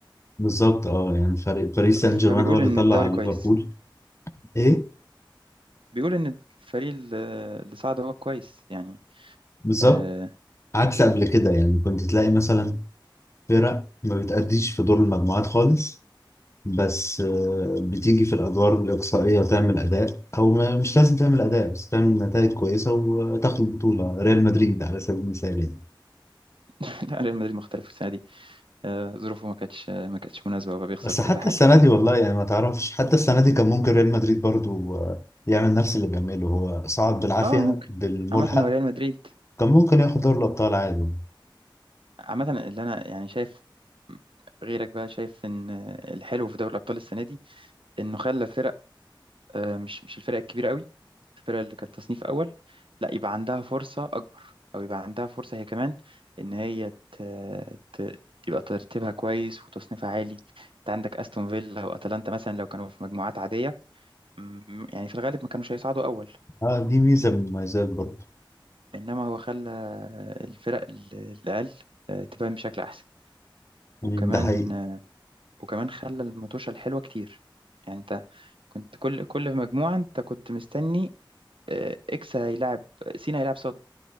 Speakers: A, on the left (about 35°); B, on the right (about 85°).
A: بالظبط اه يعني فريق باريس سان
B: فبيقول
A: جيرمان هو اللي
B: إن
A: طلع
B: الدوري
A: على
B: كويس
A: ليفربول ايه
B: بيقول إن الفريق اللي اللي صعد هو كويس يعني
A: بالظبط
B: آه،
A: عكس قبل كده يعني كنت تلاقي مثلا فرق ما بتأديش في دور المجموعات خالص بس آه، بتيجي في الأدوار الإقصائية وتعمل أداء أو ما مش لازم تعمل أداء بس تعمل نتائج كويسة وتاخد البطولة ريال مدريد على سبيل المثال يعني
B: <laughs> لا ريال مدريد مختلف السنة دي آه، ظروفه ما كانتش ما كانتش مناسبة وبقى بيخسر
A: بس
B: كل
A: حتى
B: حاجة
A: السنة دي والله يعني ما تعرفش حتى السنة دي كان ممكن ريال مدريد برضو آه، يعمل نفس اللي بيعمله هو صعد بالعافية
B: اه ممكن
A: بالملحق
B: عامة هو ريال مدريد
A: كان ممكن ياخد دوري الأبطال عادي
B: عامة اللي انا يعني شايف غيرك بقى شايف ان الحلو في دوري الابطال السنة دي انه خلى فرق آه، مش مش الفرق الكبيرة قوي الفرق اللي كانت تصنيف اول لا يبقى عندها فرصة اكبر او يبقى عندها فرصة هي كمان ان هي ت... ت... تبقى ترتيبها كويس وتصنيفها عالي انت عندك استون فيلا واتلانتا مثلا لو كانوا في مجموعات عادية م- يعني في الغالب ما كانوش هيصعدوا اول
A: اه دي ميزة من المميزات برضو
B: انما هو خلى الفرق ال- الاقل آه، تبان بشكل احسن وكمان
A: مم، ده حقيقي
B: وكمان خلى المطوشة الحلوة كتير يعني انت كنت كل كل في مجموعة انت كنت مستني آه، اكس هيلعب سين هيلعب صد